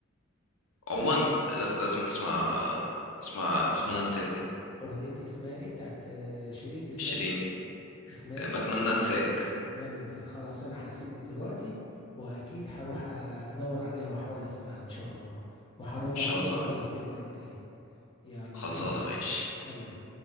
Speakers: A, on the left; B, on the left.
A: عموما لاز- لازم تسمع تسمع بتمنى انساك دي
B: اغنيه اسمها ايه بتاعت آه، شيرين اسمها
A: شيرين
B: ايه اسمها ايه
A: بتمنى انساك
B: اتمنى انساك خلاص انا هسيبك دلوقتي واكيد هروح آه، ادور عليها واحاول اسمعها ان شاء الله وهروح
A: ان شاء
B: اقول
A: الله
B: لك رايي فيها المره الجايه يلا
A: خلصانه
B: نسيبك على
A: ماشي
B: خير سلام